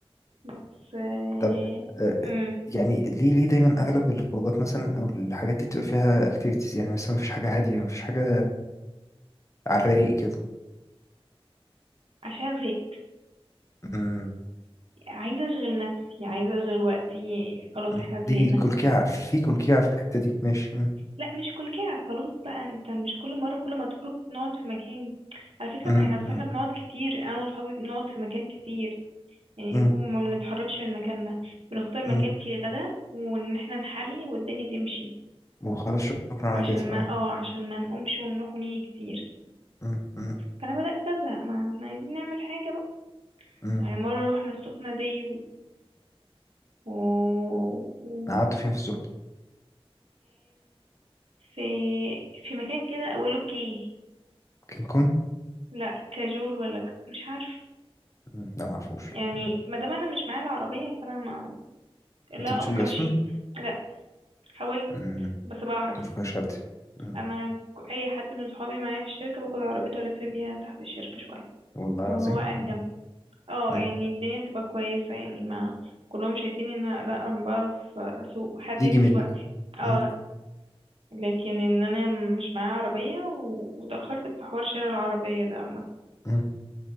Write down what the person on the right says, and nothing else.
بس آه،
امم
عشان زهقت
عايزة اشغل نفسي عايزة اشغل وقتي خلاص
احنا زهقنا
لا مش كل كده خلاص بقى انت مش كل مرة كل ما تخرج نقعد في مكان على فكرة
بقى احنا أصل
إحنا بنقعد كتير انا وصحابي بنقعد في مكان كتير يعني
وما بنتحركش من مكاننا بنختار
مكان فيه غدا وان احنا نحلي والدنيا تمشي
عشان
ما
اه عشان ما نقومش ونروح ونيجي كتير
فانا بدأت ازهق ما احنا عايزين نعمل حاجة بقى
يعني مرة روحنا السخنة دي و- وكان
في في مكان كده أوله كي
لا كاجول ولا ك... مش عارفة
يعني
ما دام أنا مش معايا العربية فأنا ما...
لا
أفقه
شيء لا حاولت
بس بعرف
أنا ك- أي حد من صحابي معايا في الشركة باخد عربيته ألف بيها تحت الشركة شوية
وهو
قاعد
جنبي اه
يعني الدنيا بتبقى كويسة يعني ما كلهم شايفين ان أنا- لا انا بعرف اسوق هادية
في
سواقتي اه
لكن ان انا مش معايا عربية و- واتأخرت في حوار شراء العربية ده عامة